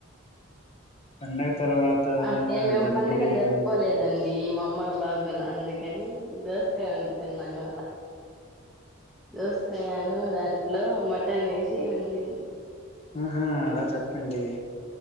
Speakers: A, on the left; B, in the centre.
A: పండగ తర్వాత
B: అంటే మేము
A: దమ్
B: పండుగ
A: బిర్యానీ
B: జరుపుకోలేదండి మా అమ్మయి బాగోల అందుకే కానీ దోస అండుకున్న ఇయ్యాల దోసకాయని వు దాన్ని లో మటన్ వేసి వండింది
A: ఆహా అలా చెప్పండి